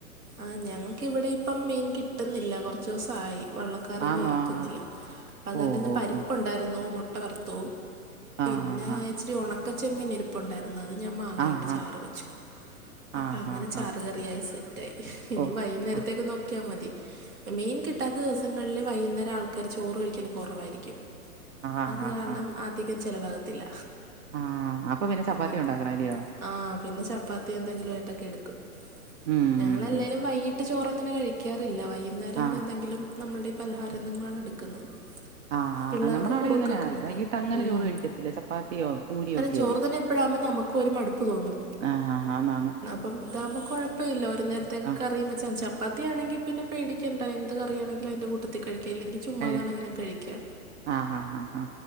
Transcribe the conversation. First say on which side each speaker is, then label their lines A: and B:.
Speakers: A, on the right (about 70°); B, on the right (about 55°).
A: ആഹ് ഞങ്ങക്ക് ഇവിടെ ഇപ്പം മീൻ കിട്ടുന്നില്ല കുറച്ച ദിവസയി വള്ളക്കാരൊന്നും
B: ആന്നോ
A: ഇറക്കുന്നില്ല
B: ആഹ്
A: അപ്പത്
B: ഓ
A: കാരണം ഇന്ന്
B: ഓ
A: പരിപ്പുണ്ടായിരുന്നു
B: ഓ
A: മുട്ട വറുത്തു പിന്നെ
B: ആഹ് ആഹ്
A: ഇച്ചിരി ഉണക്കച്ചെമ്മീനിരിപ്പുണ്ടായിരുന്നു ഇരിപ്പുണ്ടായിരുന്നു അത് ഞാൻ മാങ്ങായിട്ട്
B: ആഹ്
A: ചാറ് വെച്ചു അപ്പോ
B: ആഹ്
A: അങ്ങനെ
B: ആഹ് ആഹ്
A: ചാറ്
B: ആഹ്
A: കറിയായി സെറ്റ് ഇനി
B: ഓ
A: വൈകുന്നേരത്തേക്ക്‌
B: ആഹ്
A: നോക്കിയാ മതി മീൻ കിട്ടാത്ത ദിവസങ്ങളില് വൈകുന്നേരം ആൾക്കാര് ചോറ് കഴിക്കല് കൊറവായിരിക്കും
B: ആഹ് ആഹ്
A: അത്
B: ആഹ്
A: കാരണം ആധികം ചെലവാകത്തില്ല
B: ആ. അപ്പൊ പിന്നെ ചപ്പാത്തി
A: പിന്നെപ്പോ
B: ഉണ്ടാക്കണം അല്ലയോ?
A: ആഹ് പിന്നെ ചപ്പാത്തി എന്തെങ്കിലും ആയിട്ടൊക്കെ എടുക്കും
B: ഉം
A: ഞങ്ങളല്ലേലും
B: ഉം, ഉം.
A: വൈകീട്ട് ചോറങ്ങനെ കഴിക്കാറില്ല വൈകുന്നേരം
B: ആ.
A: എന്തെങ്കിലും നമ്മൾടെ ഈ പലഹാരന്ധനങ്ങളാണ് എടുക്കുന്നത്
B: ആ,
A: പിള്ളേർക്ക്
B: ആ. നമ്മുടെ അവിടെയും
A: കുറുക്കൊക്കെ
B: അങ്ങനാ.
A: മതി
B: വൈകീട്ട് അങ്ങനെ
A: ഉം
B: ചോറ് കഴിക്കത്തില്ല. ചപ്പാത്തിയോ പൂരിയോ
A: കാരണം
B: ഒക്കെ
A: ചോറ് തന്നെ എപ്പഴാവുമ്പോ നമ്മുക്ക് പ്പൊരു മടുപ്പ് തോന്നും
B: ആഹ് ആഹ് ആന്നാന്ന്
A: പ്പം ഇതാവുമ്പോ കൊഴപ്പയില്ല ഒരു നേരത്തേക്ക്‌
B: ആ
A: കറിയും വെച്ചാതി ച പ്പാത്തിയാണെങ്കി പിന്നെ പേടിക്കേണ്ട എന്ത് കറിയാണെങ്കിലും അതിന്റെ കൂട്ടത്തി കഴിക്കു അല്ലെങ്കിൽ ചുമ്മാതാണെങ്കിലും
B: കഴിക്കാം.
A: കഴിക്കാ
B: ആ, ആ, ആ, ആ.